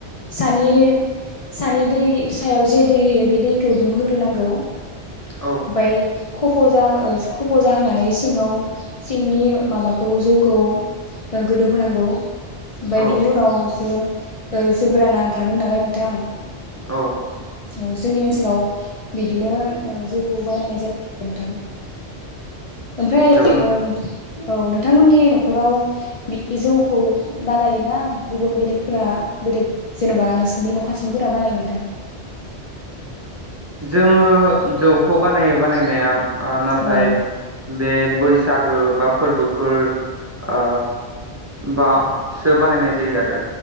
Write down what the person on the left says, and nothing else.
सानि-सानि दै सायाव जे दै होयो बे दैखौ दुंहोग्रोनांगौ।
बाय खफ' जा ओ खफ' जाहोनानै सिङाव सिंनि माबाखौ जौखौ ओ गोदौ होनांगौ। ओमफाय
बिनि उनाव ओ ओ जौगाना ओंखारगोन नालाय नोंथां ।
औ जोंनि ओनसोलाव बिदिनो ओ जौखौ बानायनाय जायो नोंथां। ओमफ्राय
ओ औ नोंथांमोननि न'खराव बिदि जौखौ बानायोना गुबुन बेलेग फोरा बेलेग जेन'बा नोंसिनि न' खाथिनिफोरा बानायो नोंथां?
औ